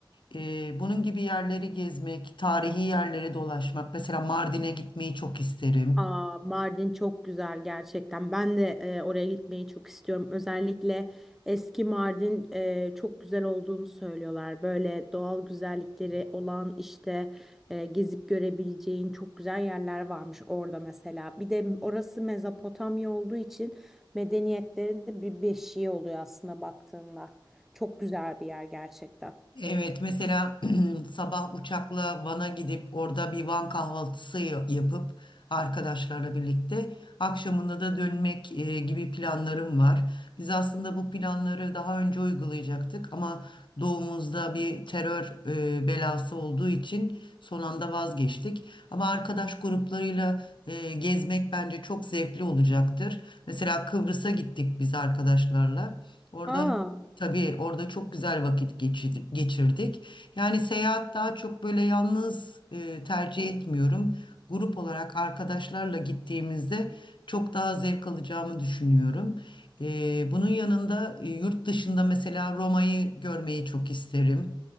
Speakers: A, on the left (about 70°); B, in the centre.
A: Ee, bunun gibi yerleri gezmek, tarihi yerlere dolaşmak. Mesela Mardin'e gitmeyi çok isterim.
B: Aa, Mardin çok güzel gerçekten. Ben de e, oraya gitmeyi çok istiyorum. Özellikle eski Mardin e, çok güzel olduğunu söylüyorlar. Böyle doğal güzellikleri olan işte e, gezip görebileceğin çok güzel yerler varmış orada mesela. Bir de orası Mezopotamya olduğu için medeniyetlerin de bir beşiği oluyor aslında baktığında. Çok güzel bir yer gerçekten.
A: Evet mesela <clears throat> sabah uçakla Van'a gidip orada bir Van kahvaltısı ya- yapıp arkadaşlarla birlikte akşamında da dönmek e, gibi planlarım var. Biz aslında bu planları daha önce uygulayacaktık ama doğumuzda bir terör e, belası olduğu için son anda vazgeçtik. Ama arkadaş gruplarıyla e, gezmek bence çok zevkli olacaktır. Mesela Kıbrıs'a gittik biz arkadaşlarla. Orada
B: Aa.
A: Tabii orada çok güzel vakit geçir- geçirdik. Yani seyahat daha çok böyle yalnız e, tercih etmiyorum. Grup olarak arkadaşlarla gittiğimizde çok daha zevk alacağımı düşünüyorum. E, bunun yanında e, yurt dışında mesela Roma'yı görmeyi çok isterim.